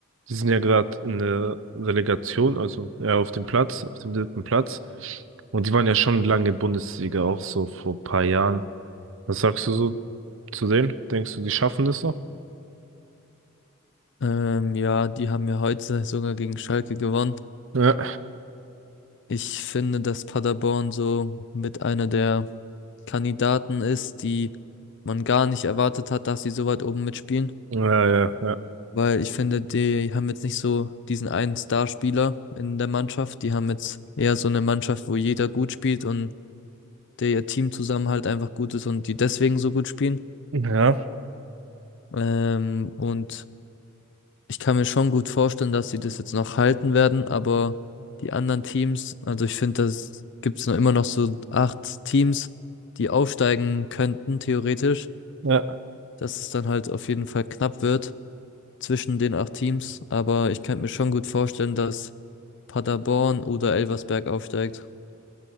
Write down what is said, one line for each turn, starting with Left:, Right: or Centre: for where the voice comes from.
Right: die sind ja gerade in der Relegation, also ja auf dem Platz, auf dem dritten Platz. Und die waren ja schon lange Bundesliga, auch so vor ein paar Jahren. Was sagst du so zu denen? Denkst du, die schaffen das noch?
Left: Ähm, ja, die haben ja heute sogar gegen Schalke gewonnen.
Right: Ja,
Left: Ich finde, dass Paderborn so mit einer der Kandidaten ist, die man gar nicht erwartet hat, dass sie so weit oben mitspielen.
Right: ja, ja, ja.
Left: Weil ich finde, die haben jetzt nicht so diesen einen Starspieler in der Mannschaft. Die haben jetzt eher so eine Mannschaft, wo jeder gut spielt und der Teamzusammenhalt einfach gut ist und die deswegen so gut spielen.
Right: Ja,
Left: Ähm, und ich kann mir schon gut vorstellen, dass sie das jetzt noch halten werden, aber die anderen Teams, also ich finde, das gibt's noch immer noch so acht Teams, die aufsteigen könnten, theoretisch.
Right: ja.
Left: dass es dann halt auf jeden Fall knapp wird zwischen den acht Teams. Aber ich könnte mir schon gut vorstellen, dass Paderborn oder Elversberg aufsteigt.